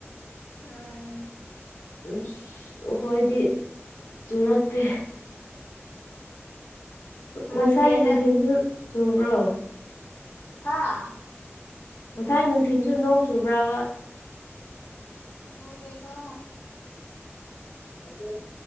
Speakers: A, on the left; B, on the left.
A: ꯎꯝ
B: ꯎ ꯑꯩꯈꯣꯏꯗꯤ ꯆꯨꯔꯛꯇꯦ
A: ꯃꯟꯗꯦꯗ
B: ꯉꯁꯥꯏ ꯅꯨꯡꯊꯤꯟꯁꯨ ꯆꯨꯕ꯭ꯔꯣ
A: ꯍꯥꯥ
B: ꯉꯁꯥꯏ ꯅꯨꯡꯊꯤꯜꯁꯨ ꯅꯣꯡ ꯆꯨꯕ꯭ꯔꯕ
A: ꯆꯨꯗꯦꯗꯥ
B: ꯑꯗꯨ